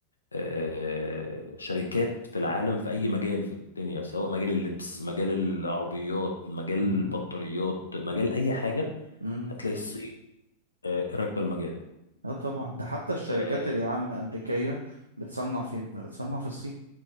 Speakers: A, on the left; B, on the right.
A: آه، شركات في العالم في اي مجال في الدنيا سواء مجال اللبس مجال العربيات مجال
B: امم
A: البطاريات مجال اي حاجة
B: امم
A: هتلاقي الصين آه، راكبة المجال
B: اه طبعا ده حتى الشركات
A: آه،
B: اللي يا عم امريكيه بتصنع فين ما بتصنع في الصين